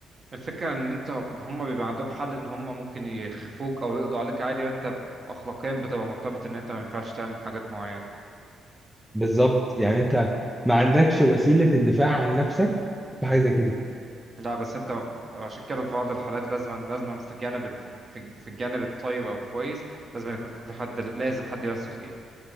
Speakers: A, on the right (about 35°); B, in the centre.
A: الفكرة ان انت هم بيبقى عندهم حل ان هم ممكن يخفوك او يقضوا عليك عادي وانت اخلاقيا بتبقى مرتبط ان انت ما ينفعش تعمل حاجات معينة
B: بالظبط يعني انت ما عندكش وسيله الدفاع عن نفسك في حاجه زي كده
A: لا بس انت عشان كده في بعض الحالات لازم لازم في الجانب ال... في في الجانب الطيب او الكويس لازم يكون في حد لازم حد يوسخ ايده